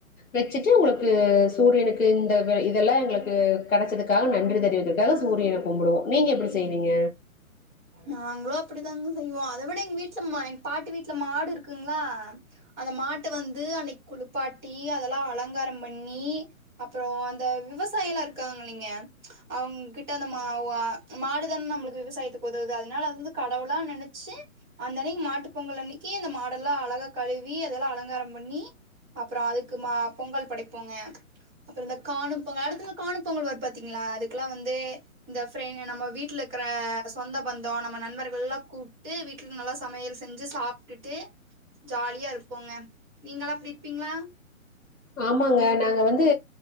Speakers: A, on the left; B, in the centre.
A: வச்சுட்டு உங்களுக்கு சூரியனுக்கு இந்த இதெல்லாம் எங்களுக்கு கிடைச்சதுக்காக நன்றி தெரிவிக்கிறதுக்காக சூரியனை கும்பிடுவோம் நீங்க எப்படி செய்வீங்க
B: நாங்களும் அப்படித்தாங்க செய்வோம் அதை விட எங்க வீட்டுல எங்க பாட்டி வீட்டுல மாடு இருக்குங்களா அந்த மாட்ட வந்து அன்னைக்கு குளிப்பாட்டி அதெல்லாம் அலங்காரம் பண்ணி அப்புறம் அந்த விவசாயம் எல்லாம் இருக்காங்க இலைங்க அவங்க கிட்ட அந்த மா மாடுதானே நம்மளுக்கு விவசாயத்து தவுது அதனால அ வந்து கடவுளா நெனைச்சு அந்த அன்னைக்கு மாட்டு பொங்கல் அன்னைக்கு அந்த மாடெல்லாம் அழகா கழுவி அதெல்லாம் அலங்காரம் பண்ணி அப்புறம் அதுக்கு மா பொங்கல் படைப்போங்க அப்புறம் இந்த காணு பொங்கல் அடுத்த நாள் காணு பொங்கல் வ பா்த்தீங்களா அதுக்கெல்லாம் வந்து இந்த நம்ம வீட்டுல இருக்கிற சொந்த பந்தம் நம்ம நண்பர்கள் எல்லாம் கூப்பிட்டு வீட்டுல நல்லா சமையல் செஞ்சு சாப்பிட்டுட்டு ஜாலியா இருப்போங்க நீங்க எல்லாம் அப்படி இருப்பீங்களா
A: ஆமாங்க நாங்க வந்து